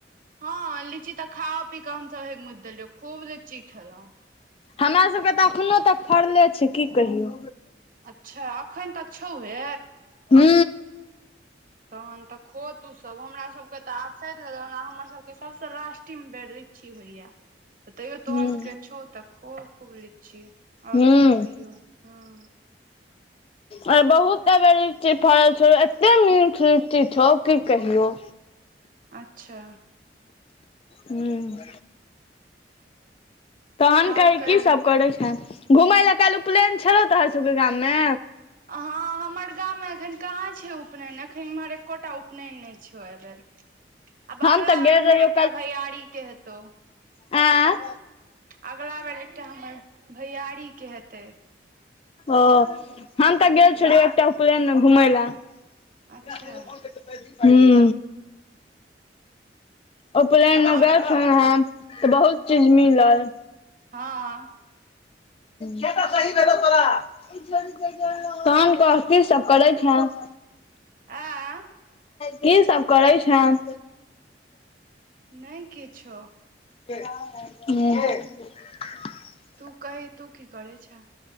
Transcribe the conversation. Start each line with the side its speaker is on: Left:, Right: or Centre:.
Right: हँ लीची तऽ खा ओ पी कऽ हमसब हेगमुद देलियौ खूब लीची खेलों
Left: हमरा सबके तऽ अखनो तक फरले छै की कहियौ
Right: अच्छा अखन तऽ अच्छौ हए
Left: हू
Right: तहन तऽ खो तू सब हमरा सबके तऽ आब सत गेले ओना हमर सब के सबस लास्टिंग बे लीची होइया <inaudible> त तैयो
Left: हुं
Right: तोहर सबके छौ तऽ खो खूब लीची और
Left: हुं
Right: की कहियौ हं <inaudible>
Left: अय बहुत एबे लीची फरल छौ एते मीठ लीची छौ की कहियौ
Right: अच्छा
Left: हूँ तहन
Right: आओर
Left: कहि
Right: कही
Left: की सब करै छें घूमय ला काल्हि उपलैन छलौ तोहर सबके गाम मे
Right: हां हमर गाम मे एखन कहाँ छै उपनयन एखन एम्हर एकोटा उपनयन नइ छौ अइ बेर आब
Left: हम
Right: अगला
Left: तऽ गेल
Right: बेर हमर
Left: रहियौ
Right: एकटा भैयारी के हेतौ
Left: ऐं
Right: अगला बेर एकटा हमर भैयारी के हेतै
Left: ओ हम तऽ गेल छलिअइ एकटा उपलैन मे घुमै ला
Right: अच्छा
Left: हूं उपलैन मे
Right: आओर
Left: गेल
Right: क
Left: छलौं हें तऽ बहुत चीज मिलल
Right: हँ
Left: कै टा सही भेलौ तोरा तहन कह की सब करै छें
Right: आँ
Left: की सब करै छें
Right: नइ किछो
Left: हूं
Right: तू कहि तू की करै छें